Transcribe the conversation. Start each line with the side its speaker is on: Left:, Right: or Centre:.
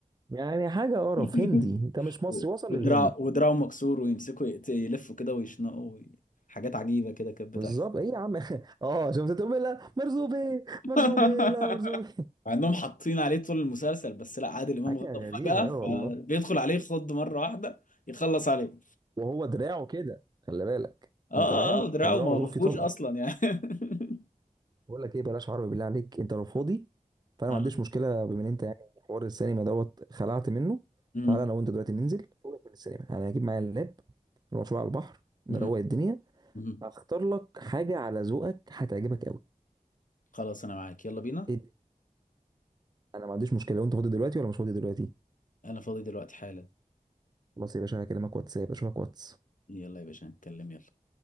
Right: يعني حاجه قرف
Left: <laughs>
Right: هندي انت مش مصري
Left: و-
Right: وصل
Left: ودراع
Right: للهند
Left: ودراعه مكسور ويمسكوا يقت- يلفوا كده ويشنقوا وي- حاجات عجيبة كده كانت بتحصل
Right: بالظبط ايه يا عم <laughs> اه شفت تقول لا مرزوبي
Left: <laughs>
Right: مرزوبي لا مرزوبي
Left: مع انهم حاطين عليه طول المسلسل بس لا عادل
Right: <laughs>
Left: امام
Right: حاجه
Left: غضب
Right: غريبه
Left: فجأة فبيدخل
Right: اه والله
Left: عليه خض مرة واحدة يخلص عليه
Right: وهو دراعه كده خلي بالك
Left: اه اه
Right: انت فاهم
Left: آه، ودراعه
Right: هو دراعه
Left: ما
Right: مضروب
Left: مفهوش
Right: فيه طلقه
Left: اصلا يعني <laughs>
Right: بقول لك ايه بلاش عربي بالله عليك انت لو فاضي فانا
Left: آه.
Right: ما عنديش مشكله بما ان انت يعني حوار السينما دوت خلعت منه
Left: مم.
Right: تعالى انا وانت دلوقتي ننزل فوقك من السينما انا هجيب معايا اللاب نروح شويه على البحر نروق
Left: مم.
Right: الدنيا
Left: مم.
Right: هختار لك حاجه على ذوقك هتعجبك قوي
Left: خلاص انا معاك يلا بينا
Right: ايه ده؟ انا ما عنديش مشكله لو انت فاضي دلوقتي ولا مش فاضي دلوقتي
Left: انا فاضي دلوقتي حالا
Right: خلاص يا باشا هكلمك واتساب اشوفك واتس
Left: يلا يا باشا نتكلم يلا